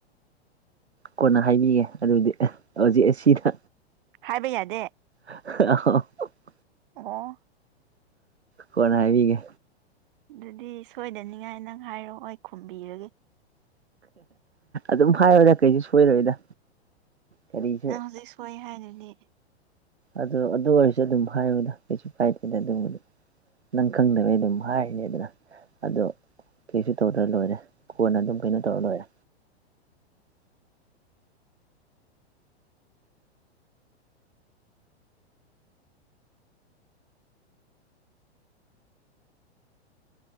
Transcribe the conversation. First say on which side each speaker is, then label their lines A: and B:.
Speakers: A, on the right; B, on the right.
A: ꯀꯣꯟꯅ ꯍꯥꯏꯕꯤꯒꯦ ꯑꯗꯨꯗꯤ ꯍꯧꯖꯤꯛ ꯑꯁꯤꯗ
B: ꯍꯥꯏꯕ ꯌꯥꯗꯦ
A: <unintelligible>
B: ꯑꯣ
A: ꯀꯣꯟꯅ ꯍꯥꯏꯕꯤꯒꯦ
B: ꯑꯗꯨꯗꯤ ꯁꯣꯏꯗꯅꯤꯡꯉꯥꯏ ꯅꯪ ꯍꯥꯏꯔꯛꯑꯣ ꯑꯩ ꯈꯨꯝꯕꯤꯔꯒꯦ
A: ꯑꯗꯨꯝ ꯍꯥꯏꯕꯗ ꯀꯩꯁꯨ ꯁꯣꯏꯔꯣꯏꯗ ꯀꯔꯤꯁꯨ
B: ꯅꯪ ꯍꯧꯖꯤꯛ ꯁꯣꯏ ꯍꯥꯏꯗꯨꯗꯤ
A: ꯑꯗꯨ ꯑꯗꯨ ꯑꯣꯏꯔꯁꯨ ꯑꯗꯨꯝ ꯍꯥꯏꯌꯣꯗ ꯀꯩꯁꯨ ꯀꯥꯏꯗꯦꯗ ꯑꯗꯨꯝꯕꯗꯤ ꯅꯪ ꯈꯪꯗꯕꯩ ꯑꯗꯨꯝ ꯍꯥꯏꯔꯤꯅꯤꯗꯅ ꯑꯗꯣ ꯀꯩꯁꯨ ꯇꯧꯗ꯭ꯔ ꯂꯣꯏꯔꯦ ꯀꯣꯟꯅ ꯑꯗꯨꯝ ꯀꯩꯅꯣ ꯇꯧꯔ ꯂꯣꯏꯔꯦ